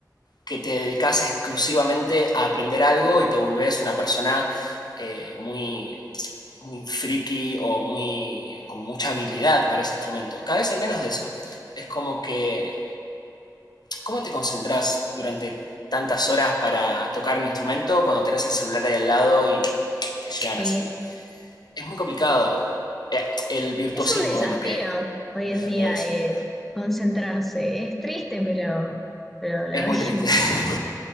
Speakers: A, on the left (about 70°); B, in the centre.
A: que te dedicas exclusivamente a aprender algo y te volvés una persona eh, muy muy friki o muy con mucha habilidad para ese instrumento. Cada vez hay menos de eso. Es como que, ¿cómo te concentras durante tantas horas para tocar un instrumento cuando tenés el celular ahí al lado y te llegan
B: sí.
A: así? Es muy complicado. Eh, El virtuosismo
B: Es un desafío
A: es lo que
B: hoy
A: está tratando
B: en día
A: de decir.
B: eh, concentrarse. Es triste, pero, pero la
A: Es
B: verdad
A: muy
B: es
A: triste,
B: que <laughs> yo
A: <laughs>